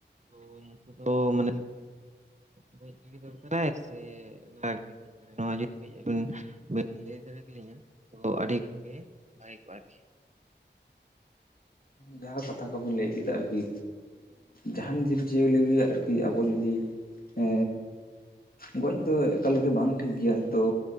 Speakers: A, on the right; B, on the left.
A: ᱛᱚ ᱱᱩᱠᱩ ᱫᱚ ᱢᱟᱱᱮ ᱜᱚᱡ ᱜᱤᱲᱤ ᱫᱚᱨᱠᱟᱨ ᱥᱮ <unintelligible> ᱫᱚᱨᱠᱟᱨ ᱱᱚᱣᱟ ᱡᱩᱫᱤ ᱠᱟᱹᱡ ᱟᱵᱤᱱ ᱵᱤᱱ ᱞᱟᱹᱭ ᱫᱟᱲᱮ ᱠᱤᱞᱤᱧᱟ <unintelligible> ᱛᱚ ᱟᱹᱰᱤ ᱜᱟᱱ ᱜᱮ ᱵᱷᱟᱜᱮ ᱠᱚᱜ-ᱟ, ᱟᱨᱠᱤ
B: ᱡᱟᱦᱟᱸ ᱠᱟᱛᱷᱟ ᱠᱚ ᱵᱤᱱ ᱞᱟᱹᱭ ᱠᱮᱫᱟ, ᱟᱨᱠᱤ ᱡᱟᱦᱟᱸᱱ ᱡᱤᱵᱽ ᱡᱤᱭᱟᱹᱞᱤ ᱟᱨᱠᱤ ᱟᱵᱚ ᱡᱩᱫᱤ ᱮᱻ ᱜᱚᱡ ᱫᱚ ᱮᱠᱟᱞ ᱜᱮ ᱵᱟᱝ ᱴᱷᱤᱠ ᱜᱮᱭᱟ, ᱛᱚ